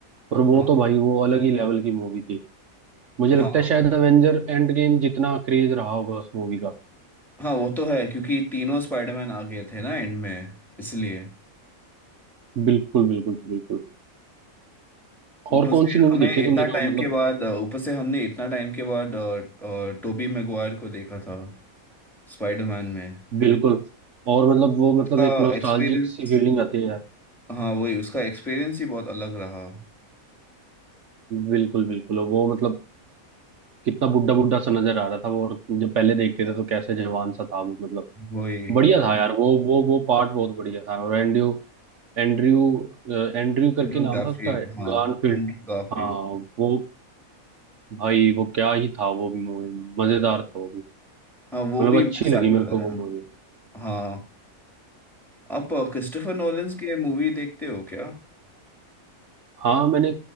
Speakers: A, on the right; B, in the centre.
A: पर वो
B: हाँ
A: तो भाई वो अलग ही लेवल की मूवी थी मुझे
B: हाँ
A: लगता है शायद अवेंजर एंड गेम जितना क्रेज रहा होगा उस मूवी का
B: हाँ वो तो है क्योंकि तीनों स्पाइडरमैन आ गए थे ना एंड में इसलिए
A: बिल्कुल बिल्कुल बिल्कुल और
B: ऊपर
A: कौन
B: से
A: सी मूवी
B: हमें
A: देखी है
B: इतना
A: तुमने जो
B: टाइम
A: मतलब
B: के बाद ऊपर से हमने इतना टाइम के बाद टोबी मैगवायर को देखा था स्पाइडरमैन में
A: बिल्कुल और मतलब वो मतलब
B: उसका
A: एक नोस्टाल्जिक
B: एक्सपीरियंस
A: सी फीलिंग आती है यार
B: हाँ वही उसका एक्सपीरियंस ही बहुत अलग रहा
A: बिल्कुल बिल्कुल वो मतलब कितना बुड्ढा बुड्ढा सा नजर आ रहा था वो और जब पहले देखते थे तो कैसे जवान सा था वो मतलब
B: वही
A: बढ़िया था यार वो वो वो पार्ट बहुत बढ़िया था और एंड्रयू एंड्रयू एंड्रयू करके
B: एंड्रू
A: नाम
B: गारफील्ड
A: था उसका
B: हाँ
A: गारफील्ड
B: एंड्रू गारफील्ड
A: हाँ वो भाई वो क्या ही था वो भी मूवी मजेदार था वो भी
B: हाँ वो
A: मतलब
B: भी
A: अच्छी
B: मस्त
A: लगी
B: एक्टर
A: मेरे
B: है
A: को वो मूवी
B: हाँ आप क्रिस्टोफर नोलन्स के मूवी देखते हो क्या
A: हाँ मैंने